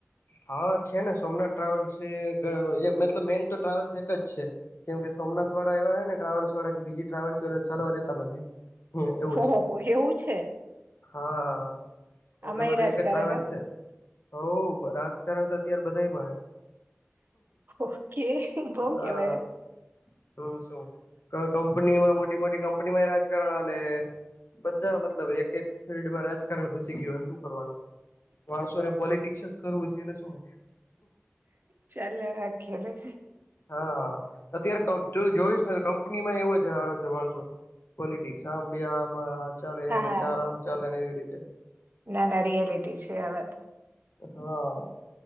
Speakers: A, on the left; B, on the right.
A: હા, છે ને સોમનાથ ટ્રાવેલ્સ મતલબ મેન તો ટ્રાવેલ્સ એક જ છે, કેમ કે સોમનાથ વાળા એવા હ ને ટ્રાવેલ્સ વાળા કે બીજી ટ્રાવેલ્સ વા ચાલવા દેતા નથી. એવું
B: હોહ
A: છે
B: હો એવું છે,
A: હા, એના
B: આમાંય
A: માટે તો
B: રાજકારણ
A: એક જ ટ્રાવેલ
B: એમ
A: છે, બરાબ રાજકારણ તો અત્યારે બધામાં
B: ઓકે બઉ
A: હા
B: કેવાય
A: તું શું કંપની માં મોટી મોટી કંપનીમાંય રાજકારણ હાલે હે બધા મતલબ એક એક ફિલ્ડમાં રાજકારણ ઘુસી ગયું હો શું કરવાનું? માણસોને પોલિટિકસ જ કરવું છે એને શું?
B: ચાલ રાખેે.
A: હા અત્યારે તું જોઈશ ને કંપની માં એવું જ હશે માણસો, પોલિટિક્સ આમ બેમાં ચાલેને
B: હા
A: ચાર આમ ચાલે ને એવી રીતે,
B: ના ના રિયાલિટી છે, આ વા તો
A: હા